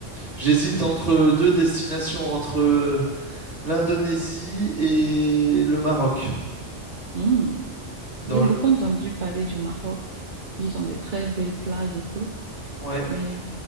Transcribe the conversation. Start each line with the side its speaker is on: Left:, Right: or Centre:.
Left: j'hésite entre deux destinations, entre l'Indonésie et le Maroc.
Right: Hmm.
Left: Dans
Right: J'ai beaucoup
Left: le-
Right: entendu parler du Maroc. Ils ont des très belles plages et tout,
Left: Ouais,
Right: mais